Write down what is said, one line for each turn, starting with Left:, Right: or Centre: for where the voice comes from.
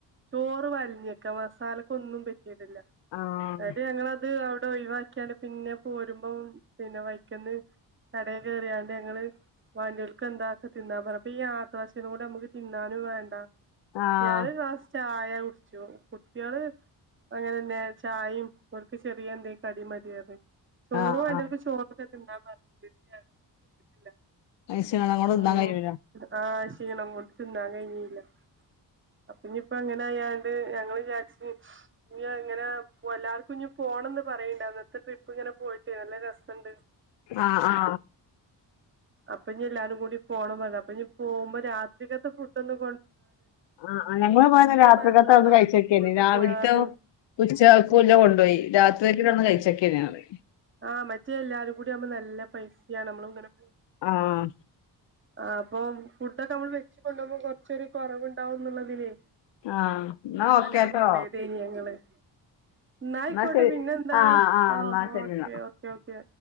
Right: ചോറ് വലഞ്ഞ വലിഞ്ഞക്ക മസാലക്ക്‌ ഒന്നും പറ്റി ട്ട്ല്ല
Left: ആഹ്
Right: ഇങ്ങട്ട് ഞങ്ങള് അത് ഇത് ഒഴിവാക്കിയാണ്ട് പിന്നെ പോരുമ്പം പിന്നെ വൈക്കന്ന് കടെ കേറ്യേണ്ട് ഞങ്ങള് വാണ്ട്യൽക് എന്താച്ചാൽ തിന്നാൻ പറ അപ്പൊ ഈ യാത്രാ ക്ഷീണം കൊണ്ട് നമക്ക് തിന്നാനും വേണ്ട
Left: ആഹ്
Right: ഞന് ഒരു ഗ്ലാസ്സ് ചാ <unintelligible> ചോറ്കുട്ട്യേള് അങ്ങനെന്നെ ചായിം ഓൽക്ക് ചെറിയ എന്തേ കടിം മതി പറഞ്ഞ് ചോറു
Left: ആഹ്
Right: വേണ്ടിയവർക്ക്ചോറ്
Left: ആഹ്
Right: എന്താ പറഞ്ഞത് ഞാൻ ശ്രദ്ധിച്ചിട്ടില്ല
Left: കഴിച്ച്കാണ്ട് അങ്ങോട്ട്
Right: ഉം
Left: തിന്നാൻ കഴിയൂല
Right: ആഹ് ക്ഷീണം കൊണ്ട് തിന്നാൻ കഴിഞ്ഞില്ല അപ്പൊ ഇനിപ്പങ്ങനായാണ്ട് ഞങ്ങള് വിചാരിച്ച് ഇനി അങ്ങനെ എല്ലാർക്കും ഇനി പോണംന്ന് പറയ്ണ്ട് അന്നത്തെ ട്രിപ്പ് ഇങ്ങനെ പോയിട്ട് നല്ല രസണ്ട്
Left: ആ ആ
Right: അപ്പഴ ത്തേക്ക് ഇനി എല്ലാരും കൂടി പോണം പറഞ്ഞ് അപ്പൊ പോകുമ്പോ രാത്രിക്കത്തെ ഫുഡൊന്നും
Left: ആ ഞങ്ങള് പോയന്ന് രാത്രികത്തെ
Right: മാത്രം
Left: ഔട്ന്ന്
Right: ആഹ്
Left: കഴിച്ചോക്കെനി
Right: കൊണ്ടു
Left: രാവിലത്തെ
Right: പോയാന്ന്
Left: ഉച്ചക്കക്കുള്ളത് കൊണ്ടോയി രാത് തെക്കിന്റെ ഔട്ന് കഴിച്ചെക്കെനി ഞങ്ങള്
Right: ആഹ് മറ്റേ എല്ലാരും കൂടി ആമ്പോ നല്ല പൈസാണ് നമ്മള് ഇങ്ങനെ
Left: ആഹ്
Right: ആ അപ്പം ഫുഡ് ഒക്കെ നമ്മള് വെച്ച് കൊണ്ടോവുമ്പോ കൊറച്ചൊരു കുറവുണ്ടാവുവെന്നുള്ളതില്
Left: ആഹ് ഇന്നാ ഓക്കേട്ടോ
Right: അങ്ങനെ കൊണ്ടേയ്തേനി ഞങ്ങള് എന്നായിക്കോട്ടെ
Left: ഇന്നാ ശരി
Right: പിന്നെ എന്താ
Left: ആഹ് ആഹ്
Right: ആ
Left: ഇന്നാ ശരി
Right: ഓക്കെ
Left: ഇന്നാ
Right: ഓക്കേ ഓക്കെ